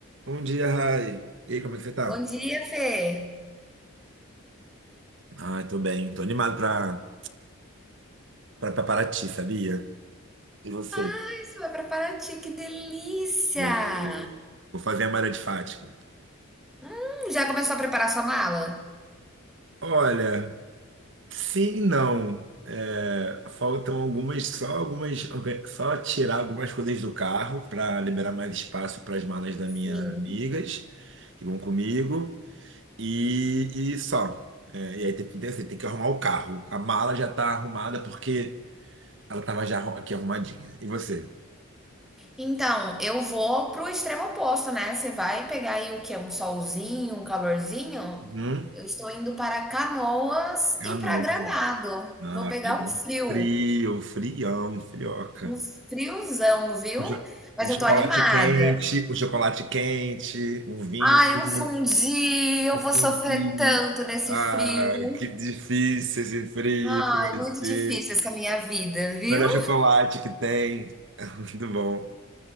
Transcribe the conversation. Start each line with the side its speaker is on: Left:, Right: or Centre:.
Right: Bom dia, Rai. E aí, como é que você tá?
Centre: Bom dia, Fê.
Right: Ai, tô bem. Tô animado pra, pra, pra Paraty, sabia? E você?
Centre: Ah, Isso vai para Paraty, que delícia!
Right: Vou, vou fazer a Mara de Fátima.
Centre: Hum, já começou a preparar sua mala?
Right: Olha, sim e não. É, faltam algumas, só algumas, orga- só tirar algumas coisas do carro para liberar mais espaço para as malas das
Centre: Sim.
Right: minhas amigas que vão comigo e, e só. É, e aí tem, que- tem, tem que arrumar o carro. A mala já tá arrumada porque ela tava já arru- aqui arrumadinha. E você?
Centre: Então, eu vou pro extremo oposto, né? Você vai pegar aí o que é um solzinho, um calorzinho?
Right: Uhum.
Centre: Eu estou indo para Canoas
Right: Ah,
Centre: e para
Right: não.
Centre: Gramado.
Right: Ah,
Centre: Vou pegar
Right: pegar
Centre: um frio,
Right: um frio, um frião, um frioca.
Centre: um friozão, viu?
Right: Um, cho-
Centre: Mas
Right: um chocolate
Centre: eu tô animada.
Right: quente, um chocolate quente, um vinho,
Centre: Ai, um fundi, eu
Right: um
Centre: vou
Right: fondue.
Centre: sofrer tanto nesse
Right: Ah,
Centre: frio.
Right: que difícil esse frio
Centre: Ai,
Right: que vai
Centre: muito
Right: ser.
Centre: difícil essa minha vida, viu?
Right: Melhor chocolate que tem. <laughs> Muito bom.